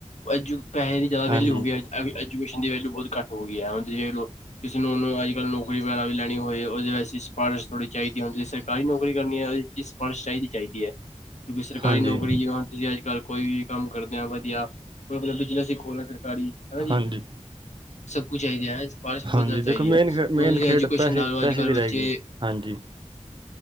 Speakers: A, on the left; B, on the right.
A: ਐਜੂ ਪੈਸੇ ਦੀ ਜ਼ਿਆਦਾ ਵੈਲਿਊ
B: ਹਾਂਜੀ
A: ਹੋ ਗਈ ਐਜੂਕੇਸ਼ਨ ਦੀ ਵੈਲਿਊ ਬਹੁਤ ਘੱਟ ਹੋ ਗਈ ਐ, ਹੁਣ ਤੁਸੀਂ ਵੇਖ ਲੋ ਜਿਨੂੰ ਨੂੰ ਅੱਜ ਕੱਲ ਨੌਕਰੀ ਵਗੈਰਾ ਵੀ ਲੈਣੀ ਹੋਏ, ਉਹਦੇ ਵੈਸ ਹੀ ਸਕਾਲਰਸ਼ਿਪ ਥੋੜੀ ਚਾਹੀਦੀ ਆ, ਦੀ ਸਰਕਾਰੀ ਨੌਕਰੀ ਕਰਨੀ ਹੈ ਉਹਦੇ ਪਾਰਸ਼ ਚਾਹੀਦੀ ਚਾਹੀਦੀ ਐ, ਕਿਉਂਕਿ ਸਰਕਾਰੀ
B: ਹਾਂਜੀ
A: ਨੌਕਰੀ ਜਿ ਤੁਸੀਂ ਅੱਜ ਕੱਲ ਕੋਈ ਵੀ ਕੰਮ ਕਰਦੇ ਆ ਵਧੀਆ ਮਤਲਬ ਬਿਜਨਸ ਹੀ ਖੋਲਣਾ ਸਰਕਾਰੀ ਹਨਾ ਜੀ
B: ਹਾਂਜੀ
A: ਸਭ ਕੁਛ ਚਾਹੀਦਾ ਐ, ਸਪਾਰਸ ਬਹੁਤ
B: ਹਾਂਜੀ
A: ਜ਼ਿਆਦਾ
B: ਦੇਖੋ
A: ਹੁਣ
B: ਮੇਨ ਮੇਨ
A: ਤੁਸੀਂ
B: ਖੇਡ
A: ਐਜੂਕੇਸ਼ਨ
B: ਪੈਸੇ
A: ਲਾ ਲਓ,
B: ਪੈਸੇ
A: ਅੱਜ ਕੱਲ
B: ਦੀ
A: ਬੱਚੇ
B: ਰਹਿ ਗਈ ਹੈ। ਹਾਂਜੀ